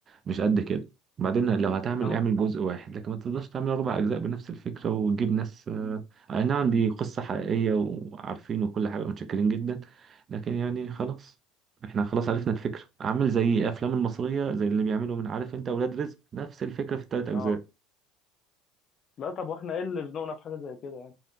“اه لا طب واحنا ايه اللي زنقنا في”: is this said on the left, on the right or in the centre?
Left